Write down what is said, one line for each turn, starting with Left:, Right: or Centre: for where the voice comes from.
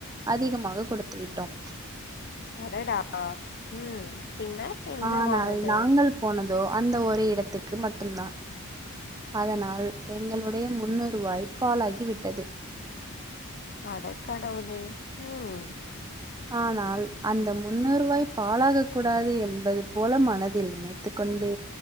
Right: அதிகமாக கொடுத்து விட்டோம்
Left: அடடா ம் பின்னர் என்ன
Right: ஆனால்
Left: வானது
Right: நாங்கள் போனதோ அந்த ஒரு இடத்துக்கு மட்டுந்தா அதனால் எங்களுடைய முன்னுருவாய்ப் பாலாகி விட்டது
Left: அடக் கடவுளே ம்
Right: ஆனால் அந்த முன்னூருவாய் பாலாகக் கூடாது என்பது போல மனத் தில் நினைத்துக்கொண்டு